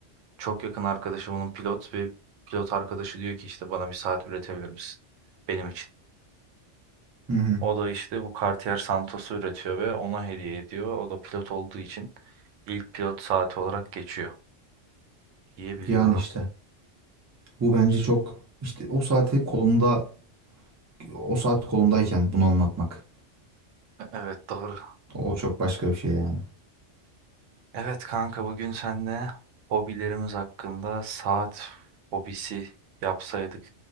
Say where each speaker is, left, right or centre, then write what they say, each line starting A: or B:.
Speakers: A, on the right; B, on the right.
A: Çok yakın arkadaşımın pilot ve pilot arkadaşı diyor ki işte bana bir saat üretebilir misin? Benim için.
B: Hı hı.
A: O da işte bu Cartier Santos'u üretiyor ve ona hediye ediyor. O da pilot olduğu için ilk pilot saati olarak geçiyor. Diyebiliyorum.
B: Yani işte bu bence çok işte o saati kolumda o saat kolumdayken bunu anlatmak.
A: E- Evet doğru.
B: O çok başka bir şey yani.
A: Evet kanka bugün seninle hobilerimiz hakkında saat hobisi yapsaydık